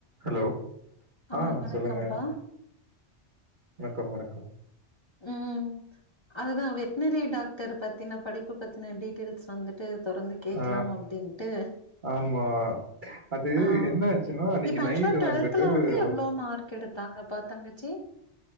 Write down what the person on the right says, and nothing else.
Hello
ஆன்
சொல்லுங்க வணக்கம் வணக்கம்
ஆ
ஆமா. அது
என்ன ஆச்சுன்னா, அன்னைக்கு
நைட்டு
வந்துட்டு
அவங்க
ஸ்